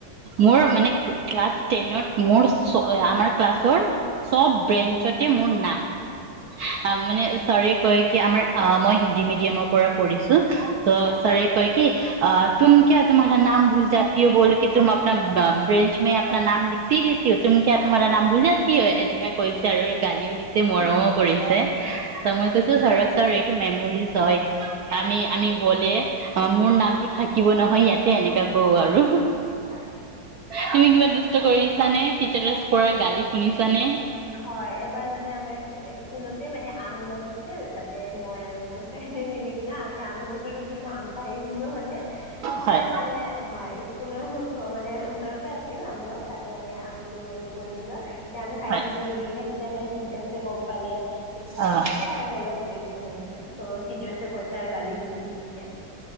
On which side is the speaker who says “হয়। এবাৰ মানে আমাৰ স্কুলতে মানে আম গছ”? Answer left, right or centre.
Left